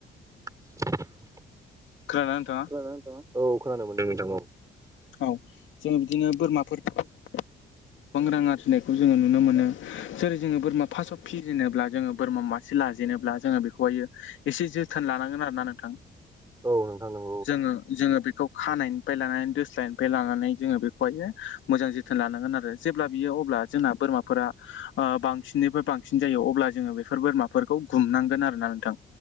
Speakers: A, on the right; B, on the left.
A: <inaudible>
B: खोना ना नोंथाङा
A: नोंथाङ औ खोनानो मोनदों नोंथां औ
B: औ जोङो बिदिनो बोरमाफोरखौ गोबां रां आरजिनायखौ जोङो नुनो मोनो जेरै जोङो बोरमा फार्स्टआव फिजेनोब्ला जोङो बोरमा मासे लाजेनोब्ला जोङो बेखौहायो एसे जोथोन लानांगोन आरो ना नोंथां
A: औ नोंथां नंगौ
B: जोङो जोङो बेखौ खानायनिफ्राय लानानै द निफ्राय लानानै जोङो बेखौहाय मोजां जोथोन लानांगोन आरो जेब्ला बियो अब्ला जोंना बोरमा फोर बांसिननिफ्राय बांसिन जायो अब्ला जोङो बेफोर बोरमाफोरखौ गुमनांगोन आरो ना नोंथां